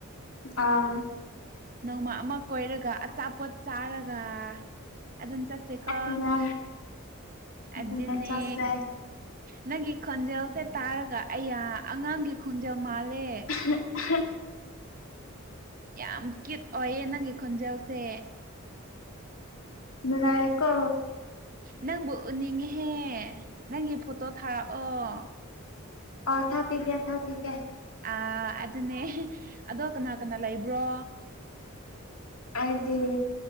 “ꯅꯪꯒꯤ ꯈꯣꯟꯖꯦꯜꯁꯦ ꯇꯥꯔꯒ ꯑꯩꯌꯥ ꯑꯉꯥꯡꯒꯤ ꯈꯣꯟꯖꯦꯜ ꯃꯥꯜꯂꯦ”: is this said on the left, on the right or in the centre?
Right